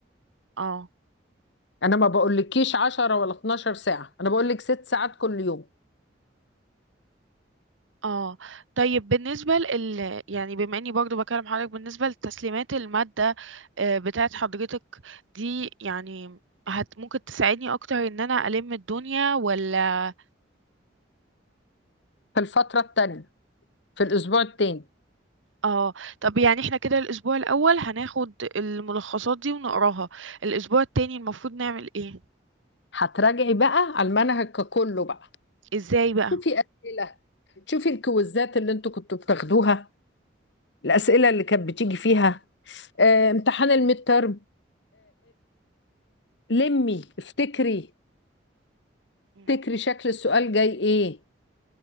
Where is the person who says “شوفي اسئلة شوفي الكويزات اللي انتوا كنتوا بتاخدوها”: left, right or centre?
Left